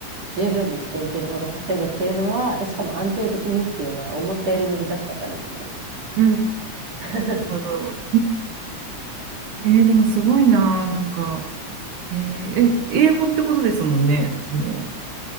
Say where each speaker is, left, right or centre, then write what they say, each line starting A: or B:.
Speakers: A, on the right; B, on the right.
A: 十分にしていけるほど稼ぐっていうのは、で、しかも安定的にっていうのは思ったより難しかったですね。
B: うん。なる
A: <laughs>
B: ほど。ええ、でもすごいな、なんか。ええ、え英語ってことですもんね。その